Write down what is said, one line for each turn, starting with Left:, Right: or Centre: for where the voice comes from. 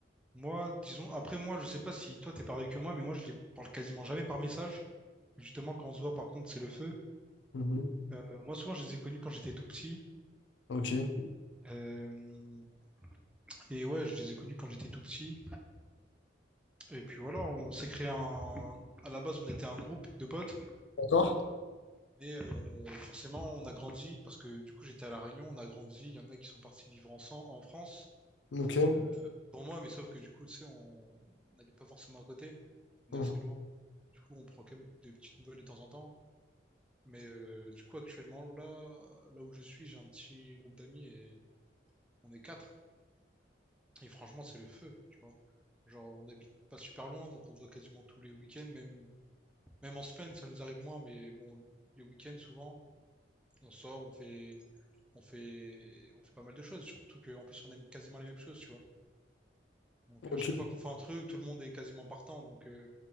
Centre: moi, disons, après moi, je sais pas si toi t'es pareil que moi, mais moi je les parle quasiment jamais par message. Justement, quand on se voit, par contre, c'est le feu.
Left: Mhm.
Centre: Euh, moi, souvent, je les ai connus quand j'étais tout petit.
Left: Ok.
Centre: Euh, et ouais, je les ai connus quand j'étais tout petit. Et puis voilà, on s'est créé un. À la base, on était un groupe de potes,
Left: D'accord?
Centre: mais euh, forcément, on a grandi parce que du coup, j'étais à La Réunion, on a grandi. Il y en a qui sont partis vivre ensemble en France.
Left: Ok.
Centre: Euh, pour moi, mais sauf que du coup, tu sais, on n'habite pas forcément à côté. on
Left: Mhm.
Centre: est assez loin. Du coup, on prend quand même des petites nouvelles de temps en temps. Mais euh, du coup, actuellement, là, là où je suis, j'ai un petit groupe d'amis et on est quatre. Et franchement, c'est le feu, tu vois. Genre, on n'habite pas super loin, donc on se voit quasiment tous les week-ends, même, même en semaine, ça nous arrive moins, mais bon, les week-ends, souvent, on sort, on fait, on fait, on fait pas mal de choses, surtout qu'en plus, on aime quasiment les mêmes choses, tu vois. Donc,
Left: Ok.
Centre: à chaque fois qu'on fait un truc, tout le monde est quasiment partant, donc euh,